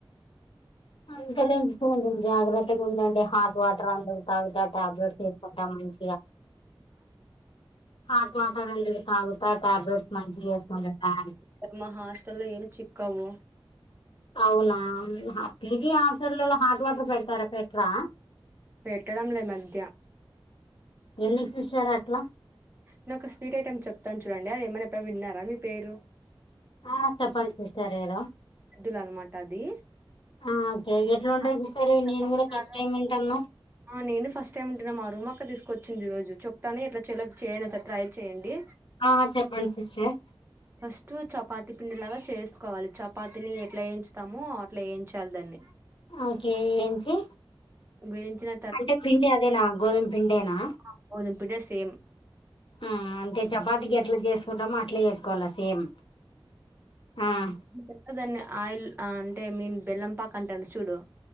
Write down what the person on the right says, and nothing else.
కాని మా హాస్టల్లో ఏం చిక్కావు
పెట్టడం లే మధ్య
నేను ఒక స్వీట్ ఐటమ్ చెప్తాను చూడండి అది ఏమన్న ఎప్పుడన్న విన్నార మీ పేరు
ఎద్దులు అనమాట అది
అది
చపాతి
లాగా
ఆ నేను ఫస్ట్ టైమ్ విన్టున్న మా రూమ్ అక్క తీసుకొచ్చింది ఈ రోజు చెప్తానే ఎట్లాచెయ్యాలో చేయలి ఒకసారి ట్రై చేయండి
ఫస్ట్ చపాతి పిండిలాగా చేసుకోవాలి చపాతిని ఎట్లా వేయించతామో అట్లా ఏంచాలి దాన్ని
వేయించిన
ఆ గోధుమ్ పిండే సేమ్
ఇంకెట్ట దాన్ని ఆయిల్ అంటే మీన్ బెల్లంపాక్ అంటారు చూడు